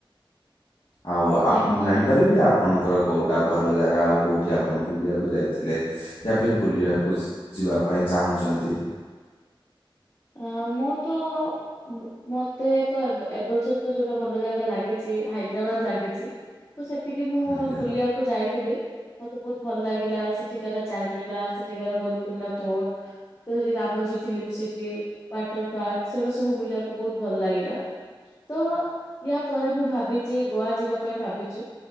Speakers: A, on the left (about 80°); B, on the left (about 35°).
A: ଆଉ ଆପ୍
B: ଆଜ୍ଞା
A: ମୁଁ ଜାଣିପାରିବି ଆପ୍ ପଣଙ୍କର କୋଉଟା ଭଲ ଜାଗା ଆଉ କୋଉଠି ଆପଣ ବୁଲିବାକୁ ଯାଇଥିଲେ? ୟା ଫିର ବୁଲିବାକୁ ଯିବାପାଇଁ ଚାହୁଁଚନ୍ତି?
B: ଅ ମୁଁ ତ ମୁ ମତେ ତ ଏବେ ଏବର୍ଯ୍ୟନ୍ତ। ତ ଯୋଉଟା ଭଲ ଜାଗା ଲାଗିଛି ହାଇଦ୍ରାବାଦ ଲାଗିଛି ତ ସେଠିକି ମୁଁ
A: ଆଜ୍ଞା।
B: ବୁଲିବା କୁ ଯାଇଥିଲି। ମତେ ବହୁତ ଭଲ ଲାଗିଲା ସେଠିକାର ଚାରମିନାର ସେଠିକାର ଗୋଲକୋଣ୍ଡା ପୋର୍ଟ। ଦୁଇ ରେ Ramoji film city water park ସେଗୁଡା ସବୁ ବୁଲିବା କୁ ବହୁତ୍ ଭଲ ଲାଗିଲା ତ। ୟା ପରେ ମୁଁ ଭାବିଚି ଗୋଆ ଯିବା ପାଇଁ ଭାବିଚି